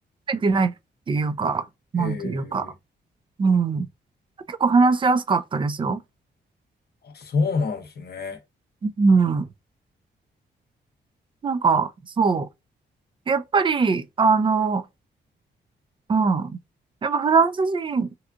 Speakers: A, on the right; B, on the left.
A: 増えてないっていうか、なんというか。
B: へえ。
A: うん。結構話しやすかったですよ。
B: あ、そうなんですね。
A: うん。なんか、そう。やっぱり、あの、うん。やっぱフランス人、